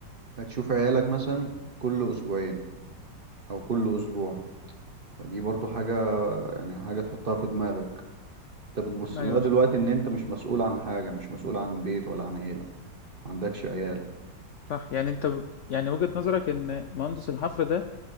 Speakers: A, on the right; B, on the left.
A: هتشوف عيالك مثلا كل اسبوعين او كل اسبوع فدي برضو حاجة يعني حاجة تحطها في دماغك انت بتبص
B: ايوه
A: لها دلوقتي
B: صح
A: ان انت مش مسؤول عن حاجة مش مسؤول عن بيت ولا عن عيلة ما عندكش عيال
B: صح يعني انت ب- يعني وجهة نظرك ان مهندس الحفر ده